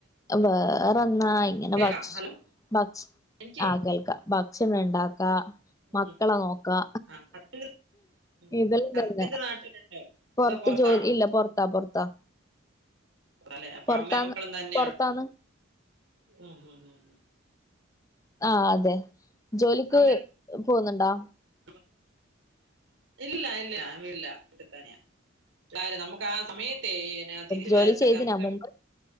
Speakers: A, on the left; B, on the right.
A: വേറെന്നാ ഇങ്ങനെ
B: കേക്കാം
A: ഭക്ഷ്
B: ഹലോ
A: ഭക്ഷ്
B: എനിക്ക്
A: ആ കേൾക്കാം ബ ക്ഷണണ്ടാക്ക മക്കളെ
B: ഉം
A: നോക്കാ
B: ആ ഹസ്ബൻഡ് ഉം
A: ഇതെല്ലാം
B: ഹസ്ബൻഡ്
A: തന്നെ
B: നാട്ടിലുണ്ട്
A: പൊറത്ത്
B: അതോ പുറത്താണോ
A: ജോലി ഇല്ല പൊറത്താ പൊറത്താ
B: അല്ലെ അപ്പൊ
A: പൊറത്താന്ന്
B: അമ്മയും മക്കളും ഉം
A: പൊറത്താന്ന്
B: ഉം ഉം
A: ആ അതെ ജോലിക്ക്
B: അമ്മ
A: പോക്ന്ന്ണ്ടോ
B: <inaudible> ഇല്ല ഇല്ല വീടല്ല <unintelligible> കാര നമുക്ക് ആ സമയത്തേ തിരികെ
A: ജോലി
B: <unintelligible>
A: ചെയ്തിനാ മുമ്പ്